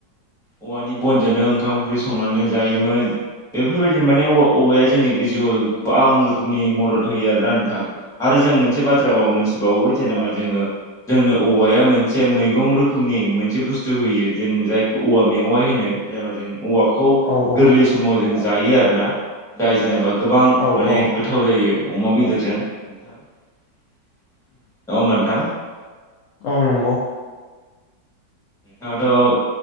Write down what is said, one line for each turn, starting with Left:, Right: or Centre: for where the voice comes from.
Centre: औवानि बनजोंनो ओंखाम ओंख्रि संनानै जायोमोन बेफोरबायदिनो माने औबवाया जोंनि जिउआव गोबां नि मदद होयो आरो ना नोंथां आरो जों मोनसे बाथ्रा मोनथिबावो जेनेबा जोङो जोंनो औवाया मोनसे मैगं रोखोमनि मोनसे बुस्थु होयो जों जायखौ औवा मेवा होनो जेनेबा जों औवाखौ
Left: औ
Centre: गोरलै समाव जों जायो आरो ना जाय जेनेबा गोबां माने
Left: औ
Centre: गोथाव जायो अमा बेदरजों नोंथां <unintelligible>
Left: औ नंगौ।
Centre: नोंथाङथ'